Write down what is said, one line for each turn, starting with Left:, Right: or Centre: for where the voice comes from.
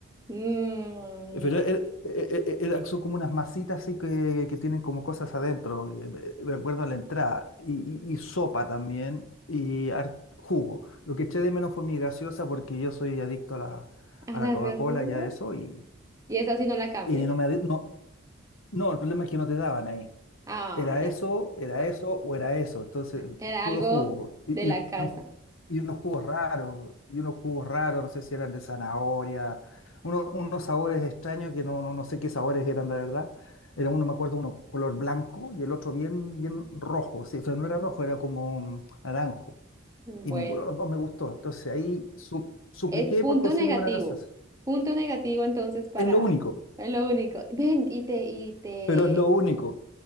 Right: Mm,
Left: Pero er- er- er- son como unas masitas así que, que tienen como cosas adentro, eh, me me acuerdo a la entrada, y, y- y sopa también, y har- jugo. Lo que eché de menos fue mi gaseosa porque yo soy adicto a la,
Right: a
Left: a
Right: las
Left: la Coca-Cola
Right: graciosas.
Left: y a eso, y,
Right: Y esa sí no la cambias.
Left: y no me, adi- no, no, el problema es que no te daban ahí.
Right: Ah,
Left: Era
Right: ya.
Left: eso, era eso o era eso. Entonces,
Right: Era
Left: puro
Right: algo
Left: jugo. Y,
Right: de la
Left: y
Right: casa.
Left: unos, ju- y unos jugos raros, y unos jugos raros, no sé si eran de zanahoria, uno- unos sabores extraños que no, no, no sé qué sabores eran de verdad. Era uno, me acuerdo, uno color blanco y el otro bien, bien rojo. Sí, o sea, no era rojo, era como mm, naranjo.
Right: Bueno,
Left: Y ninguno de los dos me gustó. Entonces ahí su- supliqué
Right: es punto
Left: por conseguirme
Right: negativo.
Left: una gaseosa.
Right: Punto negativo entonces para
Left: Es lo único,
Right: es lo único. Ven, y te, y te,
Left: pero es lo único.